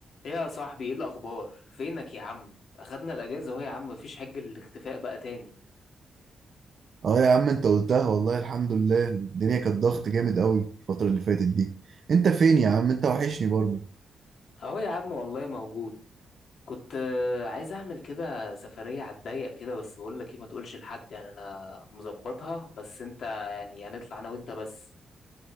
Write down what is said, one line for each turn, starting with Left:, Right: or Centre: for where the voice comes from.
Left: ايه يا صاحبي ايه الاخبار فينك يا عم اخدنا الاجازه اهو يا عم مفيش حج الاختفاء بقى تاني
Right: اه يا عم انت قلتها والله الحمد لله الدنيا كانت ضغط جامد قوي الفترة اللي فاتت دي انت فين يا عم انت وحشني برضو
Left: اهو يا عم والله موجود كنت آه، عايز اعمل كده سفريه على الضيق كده بس بقول لك ايه ما تقولش لحد يعني انا مظبطها بس انت يعني هنطلع انا وانت بس